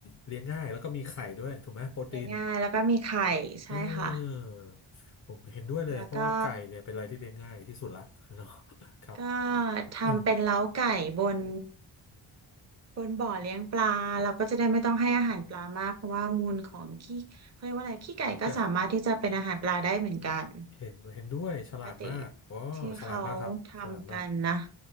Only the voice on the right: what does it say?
เลี้ยงง่ายแล้วก็มีไข่ใช่ค่ะ
แล้วก็
ก็ทำเป็นเล้าไก่บน
บนบ่อเลี้ยงปลาเราก็จะได้ไม่ต้องให้อาหารปลามากเพราะว่ามูลของขี้เขาเรียกว่าอะไรขี้ไก่ก็สามารถที่จะเป็นอาหารปลาได้เหมือนกัน
ปกติที่เขาทำกันนะ